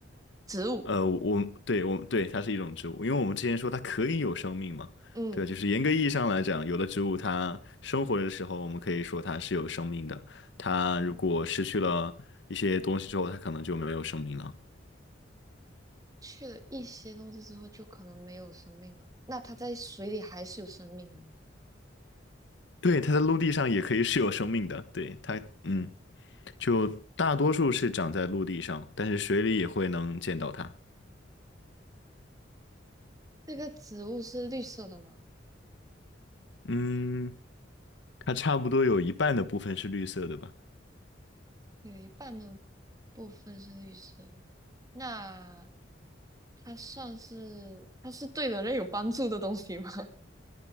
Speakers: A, on the right (about 20°); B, on the left (about 65°).
A: 植物。
B: 呃，我，对，我，对，它是一种植物，因为我们之前说它可以有生命嘛，
A: 嗯，
B: 对，就是严格意义上来讲，有的植物它生活的时候，我们可以说它是有生命的，它如果失去了一些东西之后，它可能就没有生命了。
A: 去了一些东西之后，就可能没有生命了。那它在水里还是有生命的
B: 对，它在陆地上也可以是有生命的，对，它，嗯，就大多数是长在陆地上，但是水里也会能见到它。
A: 这个植物是绿色的吗？
B: 嗯，它差不多有一半的部分是绿色的吧？
A: 有一半的部分是绿色的。那它算是它是对人类有帮助的东西吗？<laughs>